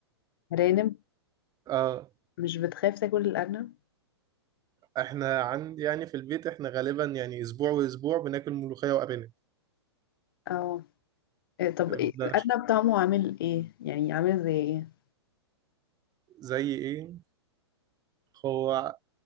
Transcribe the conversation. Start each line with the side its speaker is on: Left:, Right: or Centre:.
Left: رانب
Right: اه
Left: مش بتخاف تاكل الأرنب
Right: احنا عند يعني في البيت احنا غالبا يعني اسبوع واسبوع بناكل ملوخية وأرانب
Left: اه إيه، طب
Right: بنعش-
Left: إيه الأرنب طعمه عامل ايه يعني عامل زي ايه
Right: زي ايه هو